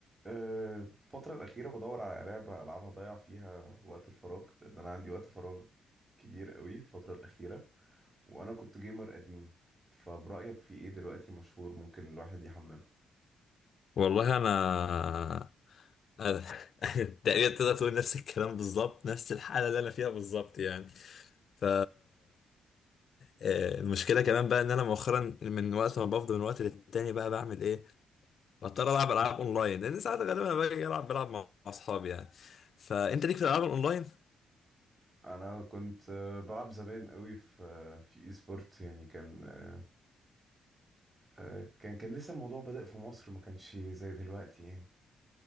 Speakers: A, on the right (about 20°); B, on the left (about 55°).
A: أه، الفترة الأخيرة بدور على لعبة ألعبها أضيع فيها وقت الفراغ لأن أنا عندي وقت فراغ كبير قوي الفترة الأخيرة وأنا كنت جيمر قديم فبرأيك في إيه دلوقتي مشهور ممكن الواحد يحمله
B: والله انا أنا- <laughs> تقريبا تقدر تقول نفس الكلام بالظبط نفس الحاله اللي انا فيها بالظبط يعني ف آه، المشكله كمان بقى ان انا مؤخرا من وقت ما بفضل من وقت للتاني بقى بعمل ايه بضطر العب العاب اونلاين لان ساعات غالبا انا باجي العب بلعب مع مع اصحابي يعني فانت ليك في الالعاب الاونلاين
A: أنا كنت أه، بلعب زمان قوي في أه، في إي سبورت يعني كان أه، أه، كان كان لسه الموضوع بادئ في مصر ما كانش زي دلوقتي يعني